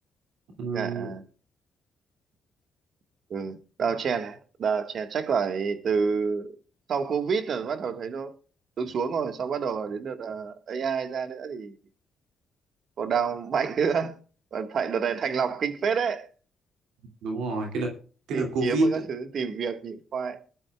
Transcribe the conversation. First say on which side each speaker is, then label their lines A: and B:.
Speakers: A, on the right; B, on the right.
A: Ừm,
B: Dạ, à. ừ. Đào chèn à? đào chèn chắc phải từ sau Covid rồi bắt đầu thấy nó xuống xuống rồi sau bắt đầu đến đợt ờ, AI ra nữa thì còn đào mạnh nữa còn thành đợt này thanh lọc kinh phết đấy
A: đúng rồi cái đợt cái
B: tìm
A: đợt Covid
B: kiếm và các thứ tìm việc nhịn khoai